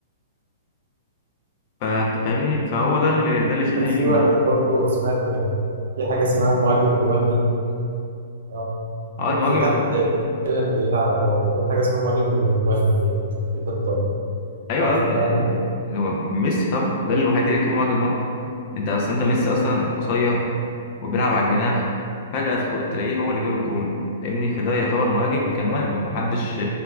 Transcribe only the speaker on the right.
كان في
واحد
برضه سمعت كان في حاجة اسمها المهاجم الوهمي آه.
كان
في حد تقريبا بيلعب أو عندهم حاجة اسمها مهاجم الوهمي باين في الخطة يعني
تعرف
حاجة
عنه؟